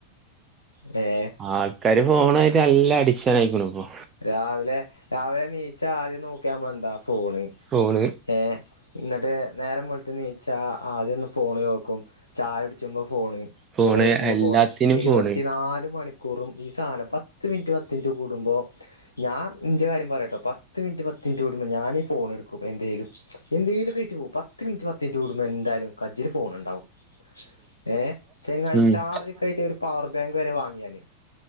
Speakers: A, on the left; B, on the right.
A: ഡേഹ്.
B: ആൾക്കാര് ഫോണായിട്ട് നല്ല അഡിക്ഷൻ ആയ്ക്കുണു പ്പൊ.
A: രാവിലെ രാവിലെ നീച്ചാ ആദ്യം നോക്ക മ്മള് എന്താ ഫോണ്.
B: കോള്.
A: ഏഹ് ന്ന്ട്ട് നേരം വെൾത്ത് നീച്ചാ ആദ്യം ഒന്ന് ഫോണ് നോക്കും. ചായുട്ച്ചുമ്പൊ ഫോണ്,
B: ഫോണ്
A: ചോറൈച്ചുമ്പൊ
B: എല്ലാത്തിനും
A: ഫോണ്, ഇരുവത്തിനാല്
B: ഫോണ്
A: മണി. കൂറും ഈ സാനം പത്ത് മിനിറ്റ് പത്ത് മിനിറ്റ് കൂടുമ്പോ. ഞാൻ ന്റെ കാര്യം പറയട്ടോ പത്ത് മിനിറ്റ്, പത്ത് മിനിറ്റ് കടുമ്പോൾ ഞാനീ ഫോണ് ട്ക്കും എന്തേലും. എന്തേലൊക്കായിറ്റ് പോവും പത്ത് മിനിറ്റ് പത്ത് മിനിറ്റ് കൂടുമ്പോ എന്തായാലും കജ്ജില് ഫോണ് ണ്ടാവും. ഏഹ് ചങ്ങായി
B: ഉം
A: ചാർജ്ക്കായിറ്റ് ഒരു പവർ ബാങ്ക് വരെ വാങ്ങിയാന്.